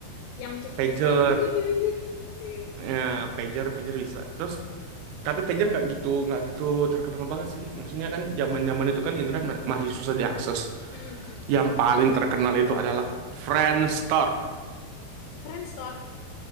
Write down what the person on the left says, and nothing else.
Yang cuma
bisa bibit bibit bibit, gitu.
Mhm.
Friendster.